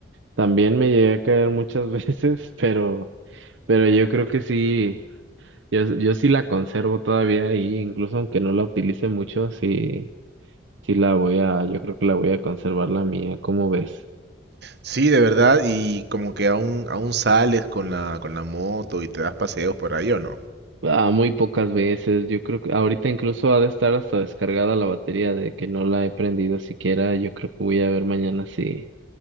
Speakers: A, on the right (about 80°); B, on the right (about 60°).
A: también me llegué a caer muchas <laughs> veces, pero, pero yo creo que sí, yo, yo sí la conservo todavía y incluso aunque no la utilice mucho, sí, sí la voy a, yo creo que la voy a conservar la mía, ¿cómo ves?
B: Sí, de verdad, y como que aún, aún sales con la, con la moto y te das paseos por ahí, ¿o no?
A: Ah, muy pocas veces. Yo creo que ahorita incluso ha de estar hasta descargada la batería de que no la he prendido siquiera. Yo creo que voy a ver mañana si,